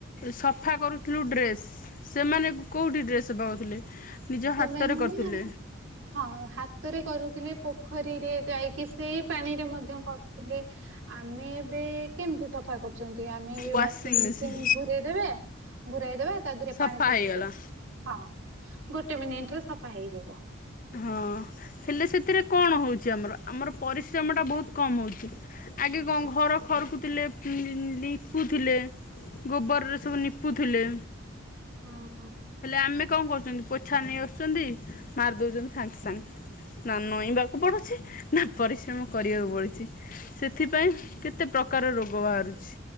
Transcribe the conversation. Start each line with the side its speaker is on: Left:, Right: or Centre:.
Left: ସଫା କରୁଥିଲୁ ଡ୍ରେସ୍ ସେମାନଙ୍କୁ କେଉଁଠି ଡ୍ରେସ୍ ସଫା କରୁଥିଲେ ନିଜ
Right: ସେମାନେ
Left: ହାତରେ କରୁଥିଲେ।
Right: ହଁ। ହାତରେ କରୁଥିଲେ ପୋଖରୀରେ ଯାଇକି ସେଇ ପାଣିରେ ମଧ୍ୟ କରୁଥିଲେ ଆମେ ଏବେ କେମିତି ସଫା କରୁଛନ୍ତି ଆମେ ଏବେ
Left: ୱାସିଂ
Right: ୱାସିନମେସିନ
Left: ମେସିନ୍
Right: ଘୁରେଇ ଦେବେ ଘୁରାଇଦେବେ ତା ଦେହରେ
Left: ସଫା
Right: ପାଣି ପଶେଇଦେବେ
Left: ହେଇଗଲା
Right: ହଁ। ଗୋଟେ ମିନିଟରେ ସଫା ହେଇଯିବ।
Left: ହଁ ହେଲେ ସେଥିରେ କଣ ହଉଛି ଆମର ଆମର ପରିଶ୍ରମ ଟା ବହୁତ କମ ହଉଛି ଆଗେ କଣ ଘର ଖରକୁଥିଲେ ଲିପୁ ଥିଲେ ଗୋବରରେ ସବୁ ନିପୁଥିଲେ।
Right: ହଁ।
Left: ହେଲେ ଆମେ କଣ କରୁଛନ୍ତି ପୋଛା ନେଇ ଆସୁଛନ୍ତି ମାରିଦଉଛନ୍ତି ସାଙ୍ଗେ ସାଙ୍ଗେ ନା ନଇଁବାକୁ ପଡୁଛି ନା ପରିଶ୍ରମ କରିବାକୁ ପଡୁଛି ସେଥିପାଇଁ କେତେ ପ୍ରକାର ରୋଗ ବାହାରୁଛି।